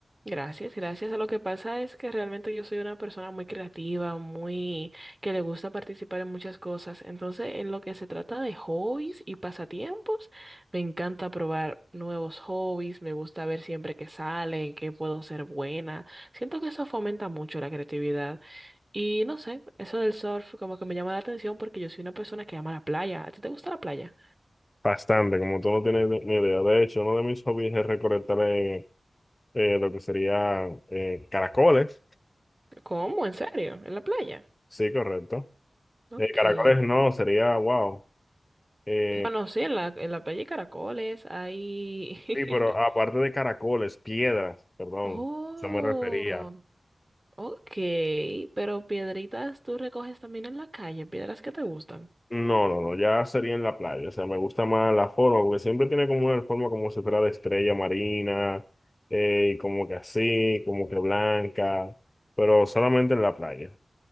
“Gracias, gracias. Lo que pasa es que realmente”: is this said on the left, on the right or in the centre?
Right